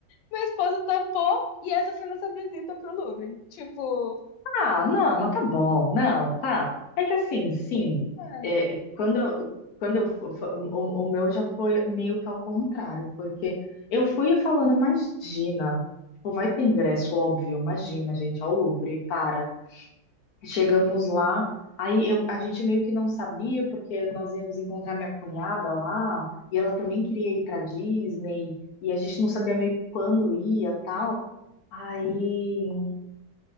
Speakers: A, on the left; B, on the left.
A: Meu esposo topou e essa foi nossa visita pro Louvre. Tipo,
B: Ah, não, mas tá bom, não, tá. É que assim, sim,
A: ai,
B: é, quando, eu- quando eu, fu- fu- o, o meu já foi meio que ao contrário, porque eu fui falando, imagina, tipo, vai ter ingresso, óbvio, imagina, gente, ao Louvre, para. Chegamos lá, aí eu- a gente meio que não sabia, porque nós íamos encontrar minha cunhada lá, e ela também queria ir para Disney, e a gente não sabia meio que quando ia, tal. Aí,